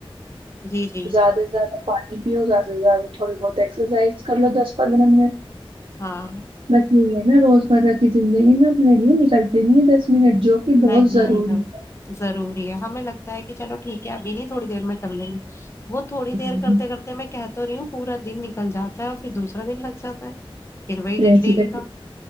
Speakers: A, on the left; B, on the right.
A: جی جی
B: زیادہ زیادہ پانی بھی ہو زیادہ سے زیادہ تھوڑی بہت ایکسرسائز کر لو دس پندرہ منٹ
A: ہاں
B: بس یہی ہے نا روزمرہ کی زندگی میں اپنے لیے نکلتے نہیں ہیں دس منٹ جو کہ بہت
A: نہیں
B: ضروری
A: مڈم ضروری ہے ہمیں لگتا ہے کہ چلو ٹھیک ہے ابھی نہیں تھوڑی دیر میں کر لیں گے وہ تھوڑی دیر
B: ہوں،
A: کرتے کرتے میں کہ تو رہی ہوں پورا دن نکل جاتا ہے اور پھر دوسا دن لگ جاتا ہے وہی
B: پھر ایسی
A: ڈیلی
B: ک
A: کا